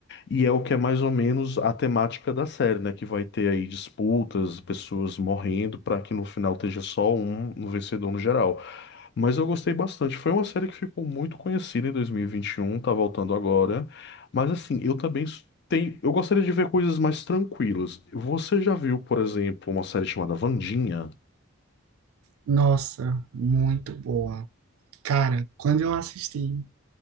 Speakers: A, on the left; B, on the right.
A: E é o que é mais ou menos a temática da série, né? Que vai ter aí disputas, pessoas morrendo, para que no final esteja só um no vencedor no geral. Mas eu gostei bastante. Foi uma série que ficou muito conhecida em 2021, tá voltando agora. Mas assim, eu também s- tenho. Eu gostaria de ver coisas mais tranquilas. Você já viu, por exemplo, uma série chamada Wandinha?
B: Nossa, muito boa. Cara, quando eu assisti,